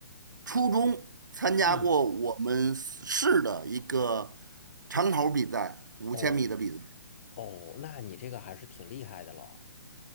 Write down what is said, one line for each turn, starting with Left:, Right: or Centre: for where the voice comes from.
Right: 初中参加过我们市的一个
Left: 嗯，
Right: 长跑比赛，五千米的比赛
Left: 哦哦，那你这个还是挺厉害的了。